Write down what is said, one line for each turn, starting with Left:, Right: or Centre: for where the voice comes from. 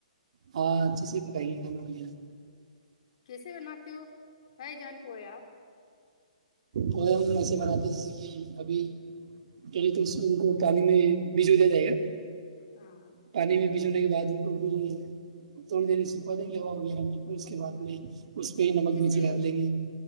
Right: ہاں اچھے سے پکائیے کانا ب
Left: کیسے بناتے ہو قائ جان پیا آپ
Right: کوئ ہم ایسے بناتے جیسے کہ ابھی چ طرح ان کو پانی میں بجے بھیدے جائے گ
Left: ہاں
Right: پانی میں بیجونے کے بعد ان کو بھی جو تھوڑی دری یں گے ہو وغیرہ نہیں پھر اس کے بعد بھی اس پہ ہی نمک
Left: جیسے
Right: مرچی ڈال دے گی